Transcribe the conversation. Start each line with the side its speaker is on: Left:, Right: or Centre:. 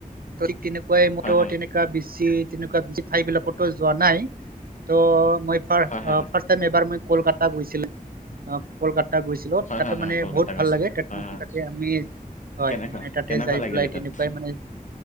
Right: তই তেনেকুৱাই ম
Left: হয়
Right: তেনেকুৱা বেছি তেনেকুৱা ঠাই বিলাকো যোৱা নাই। ত' মই ফ ফাষ্ট
Left: হয় হয় হয় হয়
Right: টাইম এবাৰ মই কলকাতাত গৈছিলো। অ কলকাতা গৈছিলো তাতে
Left: হয় হয়
Right: মানে
Left: কলকাতা
Right: বহুত ভাল
Left: গৈছিলে
Right: লাগে ত
Left: হয় হয়
Right: তাতে আমি হয়
Left: কেনেকুৱা
Right: মানে তাতে
Left: কেনেকুৱা
Right: যাই
Left: লাগিলে
Right: পেলাই তেনেকুৱাই
Left: তাত
Right: মানে